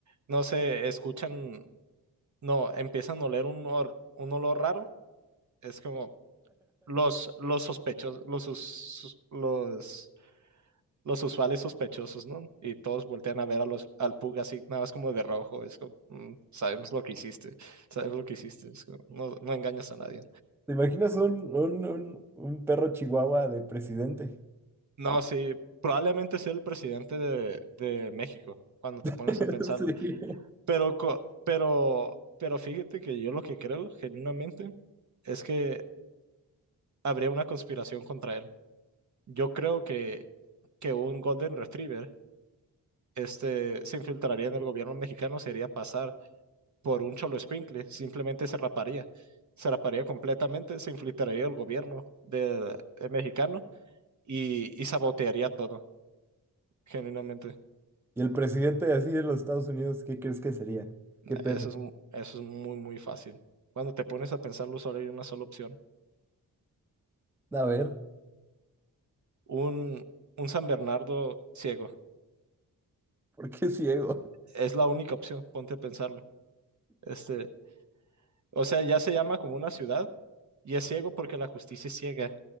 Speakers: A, on the right (about 45°); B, in the centre.
A: no sé, escuchan, no, empiezan a oler un, or- un olor raro, Es como los, los sospechosos, los, sus- sus- los, los usuales sospechosos, ¿no? Y todos voltean a ver a los, al Pug así, nada más como de rojo. Es como, "Mm, sabemos lo que hiciste, sabes lo que hiciste. es como, no, no engañas a nadie.
B: ¿Te imaginas un, un, un, un perro chihuahua de presidente?
A: No, sí, probablemente sea el presidente de, de México, cuando te
B: <laughs>
A: pones a pensarlo.
B: Sí.
A: Pero, co- pero, pero fíjate que yo lo que creo, genuinamente, es que habría una conspiración contra él. Yo creo que, que un Golden Retriever este, se infiltraría en el gobierno mexicano, se iría a pasar por un cholo escuincle, simplemente se raparía, se raparía completamente, se infiltraría el gobierno de, de mexicano y, y sabotearía todo, genuinamente.
B: Y el presidente así de los Estados Unidos, ¿qué crees que sería? ¿Qué perro?
A: Eso es, mu- eso es muy, muy fácil. Cuando te pones a pensarlo, solo hay una sola opción.
B: A ver,
A: Un, un San Bernardo ciego.
B: ¿por qué ciego?
A: Es la única opción, ponte a pensarlo. Este, o sea, ya se llama como una ciudad y es ciego porque la justicia es ciega.